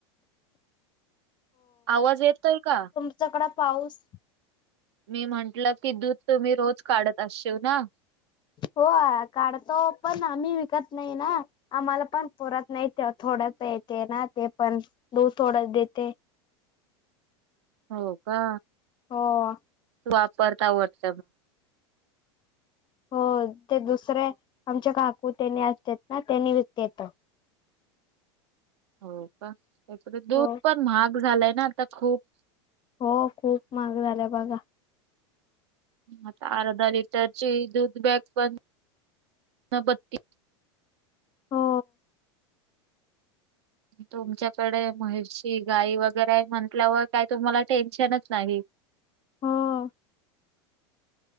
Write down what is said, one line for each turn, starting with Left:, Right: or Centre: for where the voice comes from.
Right: आवाज येत नाही का.
Left: तुम्हच्याकड पाऊस
Right: मी म्हंटलं की दूध तुम्ही रोज काढत असशील ना.
Left: हो काढतो पण आम्ही विकत नाही ना. आम्हाला पण पुरत नाही थोडच येते ना ते पण दुध थोडंच देते.
Right: हो का
Left: हो हो
Right: वापरता वाटत
Left: हो ते दुसरे आमचे काकू त्यानी असत ना त्यांनी विकतेत.
Right: हो का, त्याक दूध
Left: हो
Right: पण महाग झालंय ना आता खूप.
Left: हो खूप महाग झाला बघा.
Right: आता अर्धा लिटरची दूध बॅग पण बत्तीस
Left: हो
Right: तुमच्याकडे म्हशी गाई वगैरे आहे म्हंटल्यावर काय तुम्हाला टेन्शनच नाही.
Left: हो